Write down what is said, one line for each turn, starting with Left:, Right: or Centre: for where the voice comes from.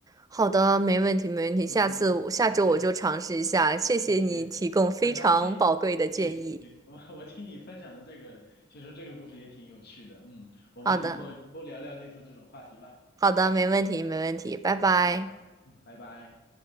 Right: 好的，没问题没问题，
Left: 嗯嗯嗯，OK，
Right: 下次我下周我就尝试一下，谢谢你提供非常宝贵的建议。
Left: 没有没有，没有很高兴。对对，我我听你分享的这个，其实这个故事也挺有趣的。嗯，我们以后多聊聊类似这种话题吧。
Right: 好的。好的，没问题，没问题，拜拜。
Left: 哎，好的好的，嗯，拜拜。